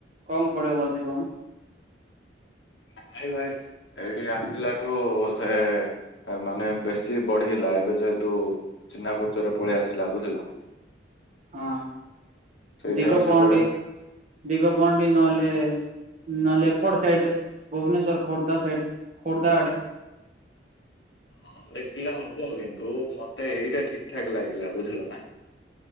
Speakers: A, on the right (about 40°); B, on the left (about 70°).
A: କମ୍ ପଡ଼ିବ ବଧେ କଣ?
B: ନାଇଁ ଭାଇ ଏଇଠି ଆସିଲା ଠୁ ସେ ମାନେ ବେଶୀ ବଢିଲା ଏବେ ଯେହେତୁ ଚିହ୍ନା ପର୍ଚରେ ପଳେଇ ଆସିଲା ବୁଝିଲ।
A: ହଁ
B: ସେଇଥିପାଇଁ
A: ଦିଗ
B: ସେପଟେ
A: ପହଣ୍ଡି ଦିଗ ପହଣ୍ଡି ନହେଲେ ନହଲେ ଏପଟ ସାଇଡ ଭୁବନେଶ୍ଵର ଖୋର୍ଦ୍ଧା ସାଇଡ ଖୋର୍ଦ୍ଧା ଆଡେ
B: ହଁ ଦେଖିଲେ ହବ କିନ୍ତୁ ମତେ ଏଇଟା ଠିକ ଠାକ୍ ଲାଗିଲା ବୁଝିଲ ନା।